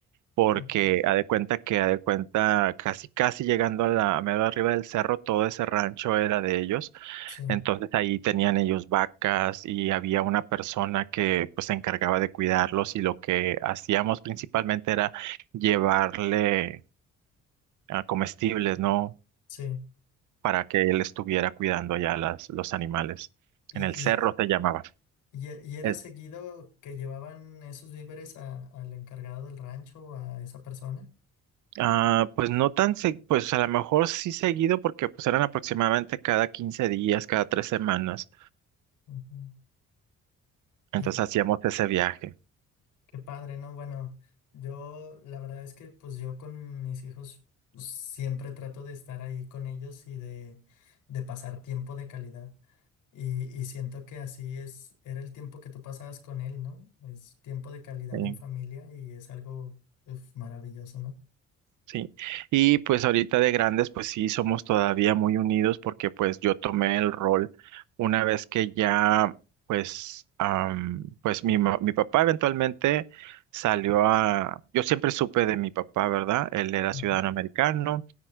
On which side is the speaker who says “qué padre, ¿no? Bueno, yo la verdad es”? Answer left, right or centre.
Left